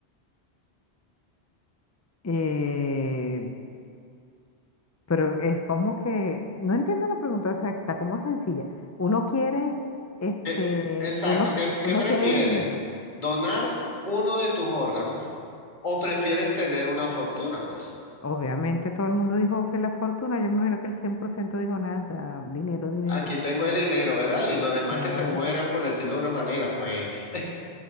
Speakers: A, on the left; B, on the left.
A: Eh, pero es como que, no entiendo la pregunta, o sea, está como sencilla. Uno quiere, este,
B: ¿Qué- exacto,
A: uno,
B: ¿qué, qué
A: uno
B: prefieres?
A: quiere el dinero.
B: ¿Donar uno de tus órganos o prefieres tener una fortuna, pues?
A: Obviamente todo el mundo dijo que la fortuna, yo me imagino que el 100% dijo nada, dinero, dinero.
B: Aquí tengo el dinero, ¿verdad? Y los demás
A: Claro.
B: que se mueran, por decirlo de una manera, pues.